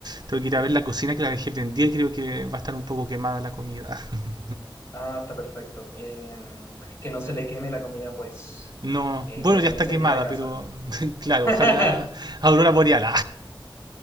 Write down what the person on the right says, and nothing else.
tengo que ir a ver la cocina que la dejé prendida y creo que va a estar un poco quemada la comida. <laughs>
No,
bueno,
ya
está
quemada,
pero <laughs> claro,
ojalá Aurora Boreal.